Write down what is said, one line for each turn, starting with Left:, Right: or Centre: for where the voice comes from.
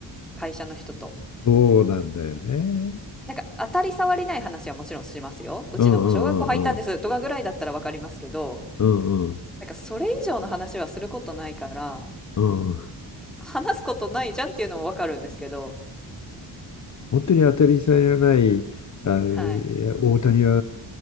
Centre: 会社の人と。
Left: そうなんだよね。
Centre: なんか当たり障りない話はもちろんしますよ。うちの子小学校入ったんですとかぐらいだったらわかりますけど、
Left: うんうんうんうんうん
Centre: なんかそれ以上の話はすることないから、
Left: うんうん。
Centre: 話すことないじゃんっていうのもわかるんですけど、
Left: 本当に当たり障りのない、あの、いや大谷は
Centre: はい。